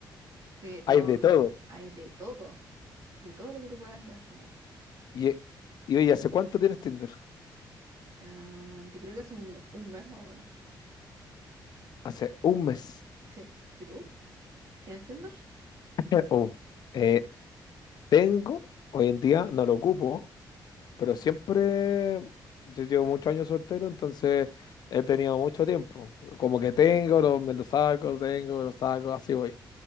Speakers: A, on the right (about 45°); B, on the left (about 60°).
A: Sí,
B: Hay
A: no,
B: de todo.
A: hay de todo, de todo lo que te puedas imaginar.
B: Y, eh, y oye, ¿hace cuánto tienes Tinder?
A: Ah, yo creo que hace un, un mes más o menos.
B: Hace un mes.
A: Sí. ¿Y tú? ¿Tienes Tinder?
B: Oh, eh, tengo, hoy en día no lo ocupo Pero siempre, yo llevo muchos años soltero, entonces he tenido mucho tiempo. Como que tengo, lo- me lo saco, tengo, me lo saco, así voy.